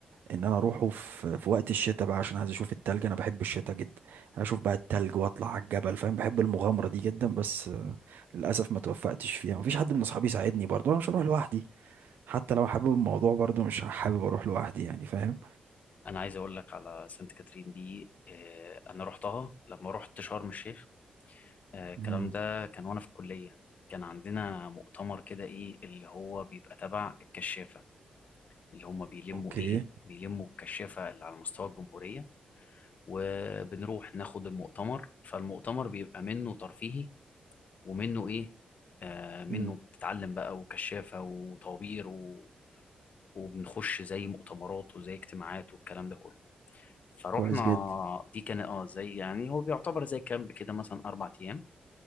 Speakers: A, on the right; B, on the left.
A: ان انا اروحه في في وقت الشتاء بقى عشان عايز اشوف التلج انا بحب الشتاء جدا اشوف بقى التلج واطلع على الجبل فاهم بحب المغامره دي جدا بس آه، للاسف ما توفقتش فيها مفيش حد من اصحابي يساعدني برضه انا مش هروح لوحدي حتى لو حابب الموضوع برضه مش حابب اروح لوحدي يعني فاهم
B: انا عايز اقول لك على سانت كاترين دي آه انا رحتها لما رحت شرم الشيخ آه الكلام
A: امم
B: ده كان وانا في الكليه كان عندنا مؤتمر كده ايه اللي هو بيبقى تبع الكشافه اللي هم بيلموا
A: اوكي
B: ايه بيلموا الكشافة اللي على مستوى الجمهورية وبنروح ناخد المؤتمر فالمؤتمر بيبقى منه ترفيهي ومنه ايه آه منه
A: امم
B: بتتعلم بقى وكشافة وطوابير و... وبنخش زي مؤتمرات وزي اجتماعات والكلام ده كله فروحنا
A: كويس جدا
B: دي كان اه زي يعني هو بيعتبر زي كامب كده مثلا اربع ايام